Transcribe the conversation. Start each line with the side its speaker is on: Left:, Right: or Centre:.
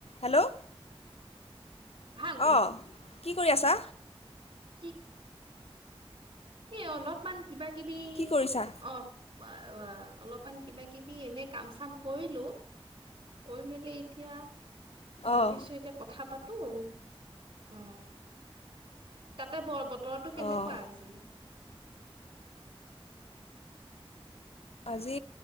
Left: হেল্ল'
Right: ভাল
Left: অঁ কি কৰি আছা।
Right: ঠিক। এ অলপমান। কিবা কিবি
Left: কি কৰিছা
Right: অ। অ অলপমান কিবা কিবি এনে কাম চাম কৰিলো কৰি মেলি এতিয়া। ভাবিছো
Left: অঁ
Right: এতিয়া কথা পাতো। তো অ। তাতে বৰ বতৰটো কেনেকুৱা
Left: অঁ
Right: আজি?
Left: আজি